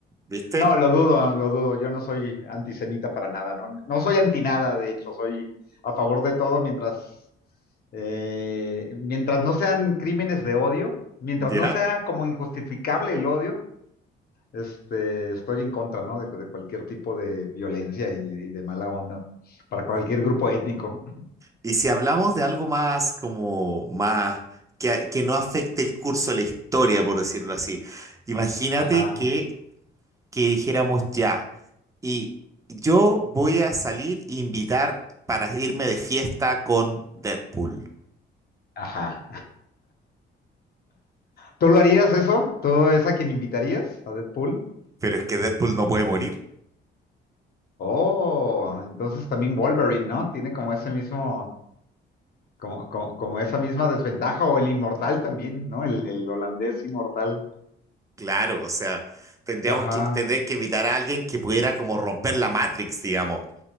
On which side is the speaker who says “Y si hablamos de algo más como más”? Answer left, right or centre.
Right